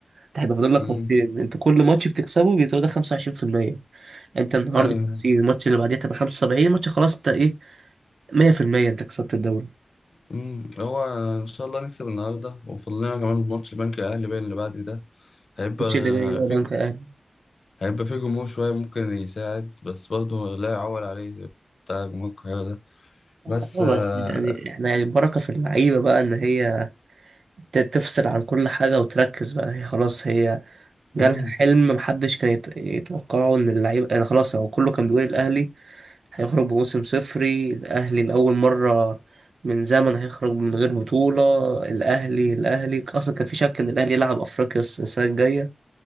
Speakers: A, on the right; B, on the left.
A: انت هيبقى فاضل لك
B: مم.
A: ماتشين انت كل ماتش بتكسبه بيزودك 25% انت النهارده
B: أيوه
A: 50 الماتش اللي بعديه تبقى 75 الماتش خلاص انت ايه 100% انت كسبت الدوري
B: مم. هو إن شاء الله نكسب النهارده وفاضل لنا كمان ماتش البنك الأهلي باين اللي بعد ده هيبقى
A: الماتش اللي جاي هو
B: في
A: بنك الاهلي
B: هيبقى في جمهور شوية ممكن يساعد بس برضه لا يعول عليه بتاع جمهور القاهرة ده بس
A: اه
B: آه،
A: بس يعني احنا يعني البركة في اللعيبة بقى ان هي ت- تفصل عن كل حاجة وتركز بقى هي خلاص هي جالها
B: امم
A: حلم محدش كان يت- يتوقعه ان اللعيبة يعني خلاص هو كله كان بيقول الاهلي هيخرج بموسم صفري الأهلي لأول مرة من زمن هيخرج من غير بطولة الأهلي الأهلي أصلا كان في شك إن الأهلي يلعب أفريقيا الس- السنة الجاية